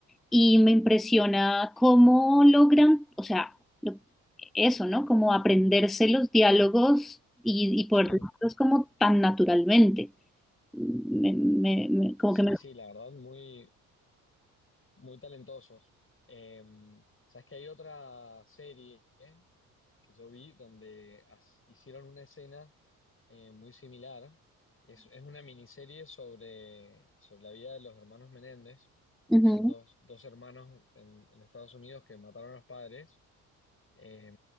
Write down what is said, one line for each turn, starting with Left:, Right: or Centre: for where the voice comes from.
Centre: y me impresiona cómo logran, o sea, lo- eso, ¿no? Como aprenderse los diálogos y, y
Left: sí.
Centre: poder decirlos como tan naturalmente. Me- me- me- como
Left: Sí,
Centre: que me...
Left: sí, la verdad, muy, Muy talentosos. Eh, sabes que hay otra serie que yo vi donde as- hicieron una escena eh, muy similar. Es, es una miniserie sobre, sobre la vida de los hermanos Menéndez,
Centre: Ujú.
Left: que son dos, dos hermanos en, en Estados Unidos que mataron a los padres. Eh,